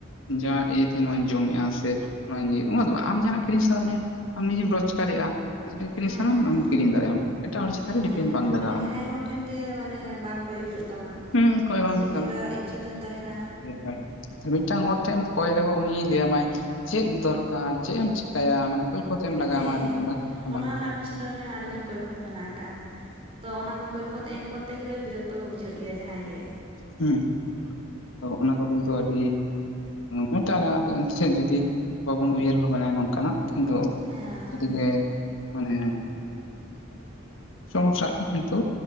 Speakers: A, on the left; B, on the right.
A: ᱡᱟᱦᱟᱸ ᱤᱭᱟᱹᱛᱮ ᱱᱚᱣᱟᱧ ᱡᱚᱢᱮᱜᱼᱟ ᱥᱮ ᱱᱚᱣᱟᱧ ᱚᱱᱟ ᱫᱚ ᱵᱟᱝ ᱟᱢ ᱡᱟᱦᱟᱱᱟᱜ ᱠᱤᱨᱤᱧ ᱥᱟᱱᱟ ᱢᱮᱭᱟ ᱟᱢ ᱱᱤᱡᱮᱢ ᱨᱳᱡᱽᱜᱟᱨᱮᱜᱼᱟ ᱡᱟᱦᱟ ᱠᱤᱨᱤᱧ
B: ᱦᱮᱸ
A: ᱥᱟᱱᱟᱢ ᱟᱢ ᱠᱤᱨᱤᱧ ᱫᱟᱲᱮᱭᱟᱜᱼᱟ ᱮᱴᱟᱜ ᱦᱚᱲ ᱪᱮᱛᱟᱱ
B: ᱦᱮᱸ
A: ᱨᱮ ᱰᱤᱯᱮᱱᱰ ᱵᱟᱝ ᱞᱟᱜᱟᱣᱣᱟᱢᱟ᱾
B: ᱢᱟᱱᱮ ᱡᱟᱦᱟᱸᱭ ᱦᱚᱲ ᱴᱷᱮᱱ ᱜᱮ ᱢᱟᱱᱮ ᱵᱟᱝ ᱠᱚᱭ ᱦᱩᱭᱩᱜ ᱛᱟᱢᱟ
A: ᱦᱩᱸ ᱠᱚᱭ ᱵᱟᱝ
B: ᱱᱤᱡᱮᱨᱟᱜ
A: ᱦᱩᱭᱩᱜ ᱛᱟᱢᱟ
B: ᱤᱪᱪᱷᱟᱹ ᱛᱮᱢ ᱛᱟᱦᱮᱱᱟ᱾
A: <unintelligible> ᱟᱨ ᱢᱤᱫᱴᱟᱝ ᱦᱚᱲ ᱴᱷᱮᱱ ᱮᱢ ᱠᱚᱭ ᱨᱮᱦᱚᱸ ᱩᱱᱤ ᱞᱟᱹᱭ ᱟᱟᱢᱟᱭ ᱪᱮᱫ ᱫᱚᱨᱠᱟᱨ ᱪᱮᱫ ᱮᱢ ᱪᱮᱤᱠᱟᱭᱭᱟ ᱢᱟᱱᱮ᱾ ᱠᱳᱭᱯᱷᱚᱛᱮᱢ ᱞᱟᱜᱟᱣᱟᱢᱟ
B: ᱦᱮᱸ
A: ᱟᱹᱰᱤ ᱟᱢᱫᱟ
B: ᱚᱱᱟ
A: ᱵᱟᱝ
B: ᱨᱮᱱᱟᱜ ᱯᱤᱪᱷᱞᱟᱹ ᱨᱮᱦᱚᱸ ᱟᱹᱰᱤᱜᱟᱱ ᱠᱭᱯᱷᱚᱛ ᱢᱮᱱᱟᱜ ᱟᱠᱟᱟᱜᱼᱟ᱾ ᱛᱚ ᱚᱱᱟ ᱠᱚ ᱠᱷᱚᱭᱯᱷᱚᱛ ᱮᱢ ᱠᱚᱨᱛᱮ ᱜᱮᱞᱮ ᱵᱤᱨᱚᱠᱛᱚ ᱠᱚ ᱵᱩᱡᱷᱟᱹᱜ ᱜᱮᱭᱟ ᱡᱟᱦᱟᱸᱭ ᱜᱮ᱾
A: ᱦᱩᱸᱫᱚ ᱚᱱᱟ ᱠᱚ ᱠᱤᱱᱛᱩ ᱟᱹᱰᱤ ᱢᱮᱴᱟᱝ ᱟᱫᱚ ᱮᱷᱮᱫ ᱡᱩᱫᱤ ᱵᱟᱵᱚᱱ ᱩᱭᱦᱟᱹᱨ ᱵᱷᱟᱵᱱᱟ ᱱᱚᱝᱠᱟᱱᱟᱜ᱾ ᱠᱤᱱᱛᱩ
B: ᱦᱮᱸ
A: ᱟᱹᱰᱤᱞᱮ ᱢᱟᱱᱮ ᱥᱚᱢᱚᱥᱥᱟᱜᱼᱟ ᱠᱤᱱᱛᱩ